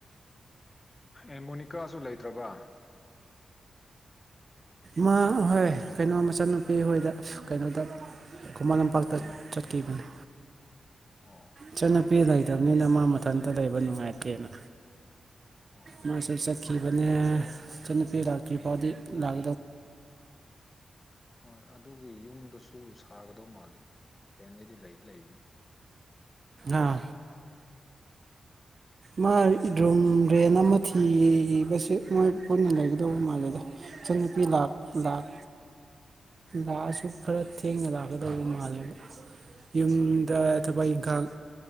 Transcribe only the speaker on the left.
ꯑꯦꯃꯣꯅꯤꯀꯥꯁꯨ ꯂꯩꯇ꯭ꯔꯕ
ꯑꯣ
ꯑꯣ
ꯑꯣ
ꯑꯗꯨ
ꯍꯣꯏ ꯑꯗꯨꯒꯤ ꯌꯨꯝꯗꯨꯁꯨ ꯁꯥꯒꯗꯧ ꯃꯥꯜꯂꯤ ꯐꯦꯟꯗꯗꯤ ꯂꯩ ꯂꯩꯕꯅꯤ
ꯎꯝ
ꯎꯝ